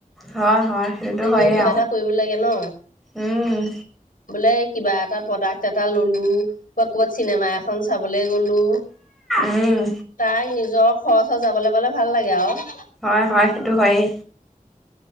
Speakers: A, in the centre; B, on the left.
A: হয় হয় সেইটোতো
B: নিজেও
A: হয়েই
B: কিবা
A: আৰু
B: এটা কৰিব লাগে ন,
A: উম
B: বোলে কিবা এটা প্ৰডাক এটা ললো, বা কবাত চিনেমা এখন চা ক গলো,
A: উম
B: তাই নিজৰ খচ ওছৰ যাবলৈ প'লে ভাল লাগে আৰু।
A: হয় হয় সেইটো হয়েই।